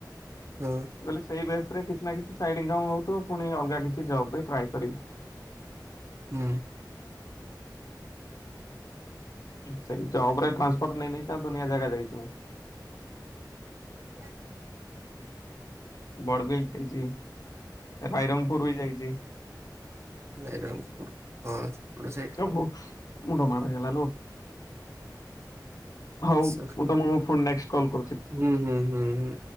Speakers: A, on the right; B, on the left.
A: ତ।
B: ମୁଁ କହିଲି ସେଇ ବେସେ ରେ କିଛି ନା କିଛି ସାଇଡି ଇନମ୍ ହଉଥିବ ପୁଣି ଅଲଗା କିଛି ଜବ୍ ବି ଟ୍ରାଏ କରିବି।
A: ହୁଁ।
B: ସେଇ ଜବ ରେ ପାସଫଡ ନେଇନେଇକି ତା ଦୁନିଆ ଜାଗା ଯାଇ ଥିବ।
A: ଗଲାଣି।
B: ବଡ଼ବିଲି ଟିଜି। ଭାଇରଙ୍ଗ ପୁରୁ ହିଁ ଯାଇଛି।
A: ବାଇରଙ୍ଗପୁରୁ। ହଁ ସେପଡ଼ ସାଇଟି
B: ଓହୋ
A: ସବୁ।
B: ମୁଣ୍ଡ ମାଡ ହେଇଗଲା ଲୋ। ହଉ
A: ସବୁ
B: ମୁଁ ତମକୁ ଫୁଣି ନେକ୍ସଟେ କଲ୍ କରୁଛି।
A: ହୁଁ ହୁଁ ହୁଁ ହୁଁ।